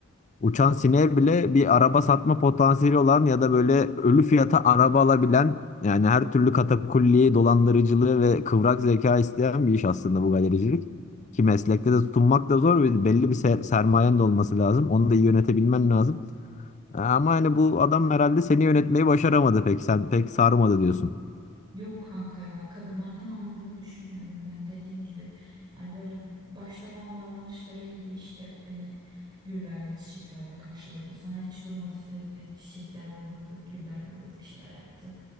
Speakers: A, on the left; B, on the right.
A: uçan sineğe bile bir araba satma potansiyeli olan ya da böyle ölü fiyata araba alabilen yani her türlü katakulliyi, dolandırıcılığı ve kıvrak zeka isteyen bir iş aslında bu galericilik. Ki meslekte de tutunmak da zor ve belli bir ser- sermayen de olması lazım. Onu da iyi yönetebilmen lazım. E, Ama hani bu adam herhalde seni yönetmeyi başaramadı pek. Sen pek sarmadı diyorsun.
B: Yok kanka ya kadınlardan anladığını düşünmüyorum ben dediğim gibi. Yani böyle başta bana davranışları iyiydi işte beni güllerle çiçeklerle karşıladı. Sonra hiç durmadı sürekli çiçekler yolladı, güller yolladı bir şeyler yaptı.